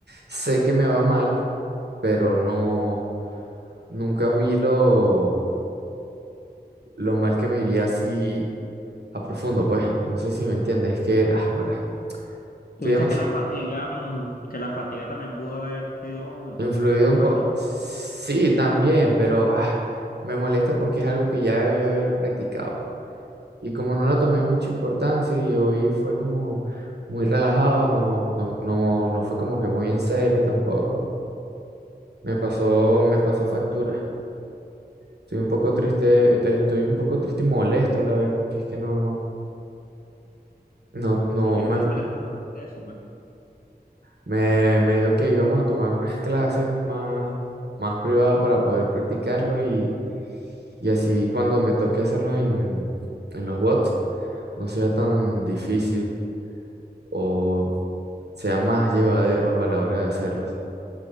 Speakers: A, on the right; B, on the left.
A: Sé que me va mal, pero no, nunca vi lo, lo mal que me iría si a profundo, pues. No sé si me entiendes, es que ah, ahora estoy
B: Tú dices
A: demasiado
B: que la fatiga, mm, que la fatiga también pudo haber sido mm,
A: influido
B: como un
A: un
B: factor.
A: poco. Sí, también, pero ah, me molesta porque es algo que ya debía haber practicado. Y como no lo tomé mucha importancia y hoy fue como muy relajado, no, no, no, no fue como que muy en serio tampoco. Me pasó, me pasó factura. Estoy un poco triste, estoy un poco triste y molesto a la vez porque es que no, no, no
B: ¿Y qué
A: me,
B: te dijo el entrenador de eso, pues?
A: Me, me dijo que íbamos a tomar unas clases más, más privadas para poder practicarlo y, y así cuando me toque hacerlo en, en los bots no sea tan difícil o sea más llevadero a la hora de hacerlos.